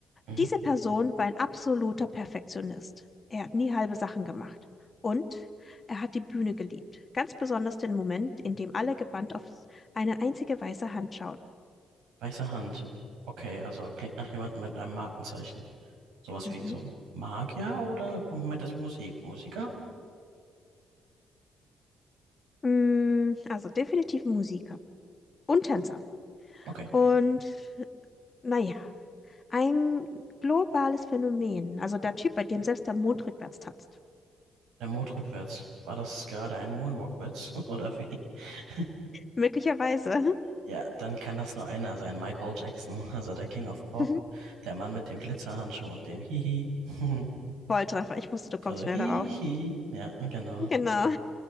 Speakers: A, on the right; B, on the left.
A: Mhm.
B: Diese Person war ein absoluter Perfektionist. Er hat nie halbe Sachen gemacht. Und er hat die Bühne geliebt. Ganz besonders den Moment, in dem alle gebannt auf eine einzige weiße Hand schauten.
A: Weiße Hand. Okay, also klingt nach jemandem mit einem Markenzeichen. Sowas
B: Mhm.
A: wie so ein Magier oder du meintest Musik? Musiker?
B: Mm, Also definitiv ein Musiker und Tänzer.
A: Okay.
B: Und naja, ein globales Phänomen. Also der Typ, bei dem selbst der Mond rückwärts tanzt.
A: Der Mond rückwärts. War das gerade ein Moonwalkwitz <laughs> oder wie? <laughs>
B: Möglicherweise.
A: ja, dann kann das nur einer sein. Michael Jackson, also der King of Pop.
B: <laughs>
A: Der Mann mit dem Glitzerhandschuh und dem Hihi. <laughs>
B: Volltreffer. Ich wusste, du kommst
A: also
B: schnell
A: Hihi.
B: darauf.
A: Ja, genau.
B: Genau.